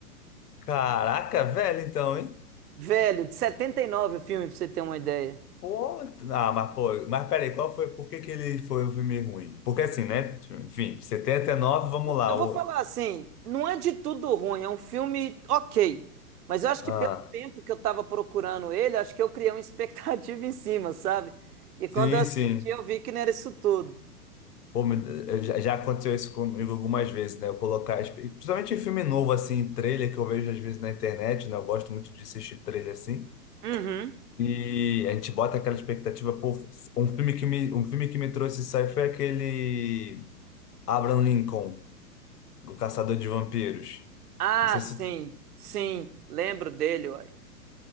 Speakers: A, on the left (about 75°); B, on the right (about 70°).
A: Caraca, velho, então, hein?
B: Velho, de 79 o filme, pra você ter uma ideia.
A: Pô, ah, mas pô, mas peraí, qual foi, por que que ele foi um filme ruim? Porque assim, né? Enfim, setenta e nove vamos lá.
B: Eu vou
A: o-
B: falar assim, não é de tudo ruim, é um filme ok, mas eu acho
A: ah,
B: que pelo tempo que eu tava procurando ele, acho que eu criei uma expectativa <laughs> em cima, sabe? E quando
A: sim,
B: eu assisti,
A: sim.
B: eu vi que não era isso tudo.
A: Pô, me- eu já já aconteceu isso comigo algumas vezes, né? Eu colocar, espe- principalmente em filme novo, assim, trailer que eu vejo às vezes na internet, né? Eu gosto muito de assistir trailer assim.
B: Uhum.
A: E a gente bota aquela expectativa, pô, um filme que me, um filme que me trouxe isso aí foi aquele Abraham Lincoln, O Caçador de Vampiros.
B: Ah,
A: Não sei
B: sim,
A: se
B: sim, lembro dele, uai.